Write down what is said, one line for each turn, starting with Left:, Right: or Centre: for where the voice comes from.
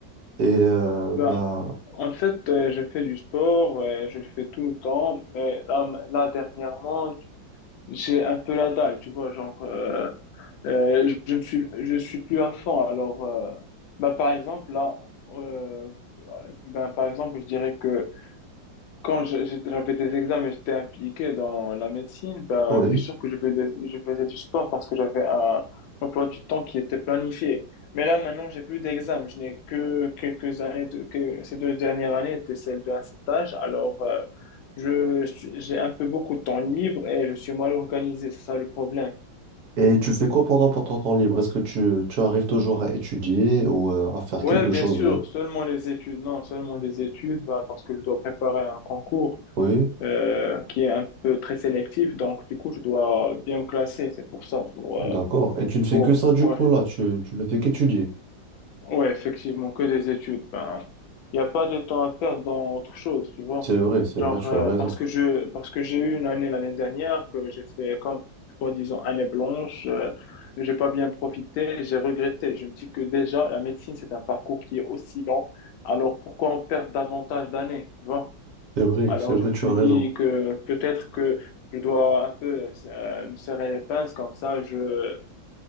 Right: Et euh,
Left: Ben,
Right: bah
Left: en fait, euh, je fais du sport, euh, je le fais tout le temps, mais là, m- là dernièrement, j'ai un peu la dalle, tu vois, genre, euh, euh, je ne suis, je suis plus à fond. Alors, euh, ben, par exemple, là, euh, ben, par exemple, je dirais que quand je- je- j'avais des examens et j'étais impliqué dans la médecine, ben,
Right: oui.
Left: bien sûr que je faisais, je faisais du sport parce que j'avais un emploi du temps qui était planifié. Mais là, maintenant, j'ai plus d'examens. Je n'ai que quelques années de, que ces deux dernières années étaient celles d'un stage. Alors, euh, je suis- j'ai un peu beaucoup de temps libre et je suis mal organisé. C'est ça le problème.
Right: Et tu fais quoi pendant pendant ton temps libre? Est-ce que tu, tu arrives toujours à étudier ou euh, à faire
Left: Ouais,
Right: quelque
Left: bien
Right: chose
Left: sûr,
Right: de...
Left: seulement les études. Non, seulement des études, ben, parce que je dois préparer un concours.
Right: Oui,
Left: euh, qui est un peu très sélectif. Donc, du coup, je dois bien me classer. C'est pour ça. Pour,
Right: d'accord.
Left: euh,
Right: Et tu ne fais
Left: pour-
Right: que ça du
Left: ouais.
Right: coup là, tu, tu ne fais qu'étudier.
Left: Ouais, effectivement, que des études. Ben, il n'y a pas de temps à perdre dans autre chose, tu vois.
Right: C'est vrai, c'est
Left: Genre,
Right: vrai, tu
Left: euh,
Right: as raison.
Left: parce que je, parce que j'ai eu une année l'année dernière que j'ai fait comme, toi disons, année blanche. euh, j'ai pas bien profité, j'ai regretté. Je me dis que déjà, la médecine, c'est un parcours qui est aussi long. Alors, pourquoi on perd davantage d'années, tu vois?
Right: C'est vrai,
Left: Alors,
Right: c'est vrai,
Left: je me
Right: tu
Left: suis
Right: as raison.
Left: dit que peut-être que je dois un peu euh, me serrer les pinces, comme ça, je,